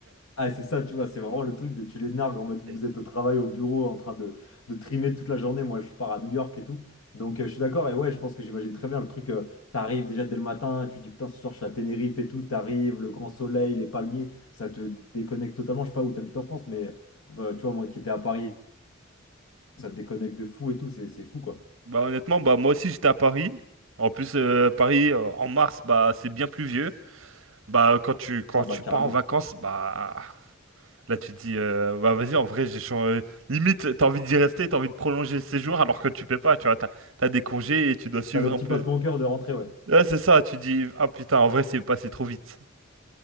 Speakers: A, on the left; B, on the right.
A: ah, c'est ça, tu vois, c'est vraiment le truc de tu les nargues en mode
B: <laughs>
A: vous êtes au travail, au bureau, en train de, de trimer toute la journée. Moi, je pars à New York et tout. Donc, euh, je suis d'accord. Et ouais, je pense que j'imagine très bien le truc. euh, t'arrives déjà dès le matin, tu te dis putain, ce soir, je suis à Tenerife et tout. T'arrives, le grand soleil, les palmiers, ça te déconnecte totalement. Je sais pas où t'habites en France, mais euh, tu vois, moi qui étais à Paris, ça te déconnecte de fou et tout. C'est c'est fou, quoi.
B: Bah, honnêtement, bah, moi aussi, j'étais à Paris. En plus, euh, Paris, euh, en mars, bah, c'est bien pluvieux. Bah, quand tu, quand
A: Ah, bah,
B: tu
A: carrément.
B: pars en vacances, bah. Là, tu te dis, euh, bah vas-y, en vrai, j'ai changé. Limite, t'as envie d'y rester, t'as envie de prolonger le séjour alors que tu peux pas, tu vois. T'as, t'as des congés et tu dois suivre
A: T'as le petit
B: un peu.
A: passe-mon-cœur de rentrer, ouais.
B: Ouais, c'est ça, tu dis, ah putain, en vrai, c'est passé trop vite.